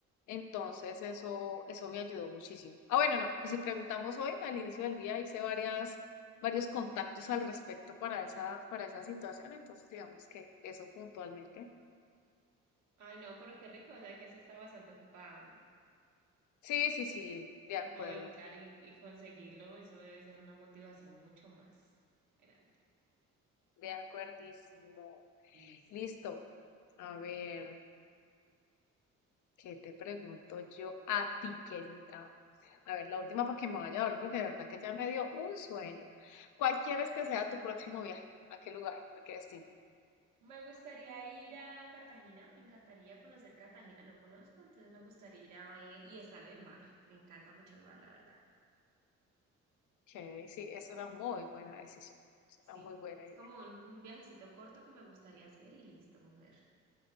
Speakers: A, on the left; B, on the right.
A: Entonces eso, eso me ayudó muchísimo. Ah, bueno, no. Y si preguntamos hoy, al inicio del día hice varias, varios contactos al respecto para esa, para esa situación. Entonces digamos que eso puntualmente.
B: Ay, no, pero qué rico, o sea que has estado bastante ocupado.
A: Sí, sí, sí, de acuerdo.
B: No, y claro, y, y conseguirlo, eso debe ser una motivación mucho más grande.
A: De acuerdísimo.
B: Listo.
A: Listo. A ver, ¿qué te pregunto yo a ti, querida? A ver, la última para que me vaya a dormir, porque de verdad que ya me dio un sueño. ¿Cuál quieres que sea tu próximo viaje? ¿A qué lugar? ¿A qué destino?
B: Me gustaría ir a Cartagena, me encantaría conocer Cartagena, no conozco, entonces me gustaría ir a ver y estar en el mar. Me encanta mucho el mar, la verdad.
A: Ok, sí, es una muy buena decisión. Es
B: Sí,
A: una muy buena
B: es
A: idea.
B: como un, un viajecito corto que me gustaría hacer y listo, mujer.